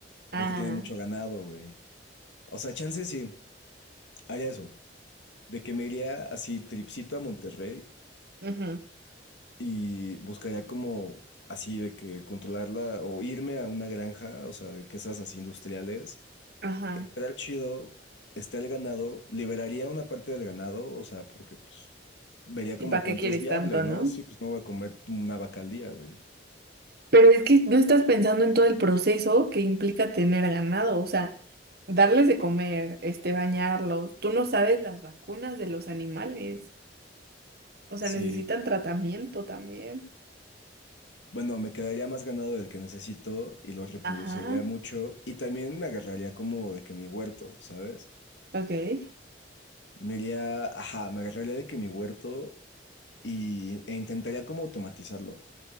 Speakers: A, on the right (about 55°); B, on the left (about 75°).
A: Ah,
B: porque tienen mucho ganado, güey. O sea, chance sí, haría eso. de que me iría así tripsito a Monterrey
A: ujú,
B: y buscaría como así de que controlarla o irme a una granja, o sea, de que esas así industriales,
A: ajá.
B: entrar chido, está el ganado, liberaría una parte del ganado, o sea, porque pues vería como
A: ¿Y para
B: cuánto
A: qué quieres
B: es viable,
A: tanto,
B: ¿no?
A: no?
B: Sí, pues no voy a comer una vaca al día, güey.
A: Pero es que no estás pensando en todo el proceso que implica tener ganado, o sea, darles de comer, este, bañarlos. Tú no sabes las vacunas de los animales, o sea,
B: Sí.
A: necesitan tratamiento también.
B: Bueno, me quedaría más ganado del que necesito y lo reproduciría
A: Ajá,
B: mucho y también me agarraría como de que mi huerto, ¿sabes?
A: ok,
B: Me iría, ajá, me agarraría de que mi huerto y, e intentaría como automatizarlo.